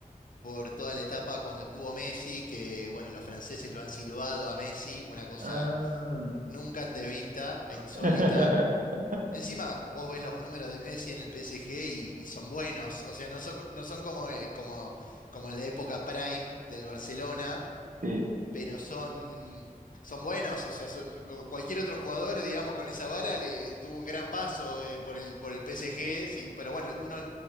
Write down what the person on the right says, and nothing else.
Ah.
<laughs>
Sí,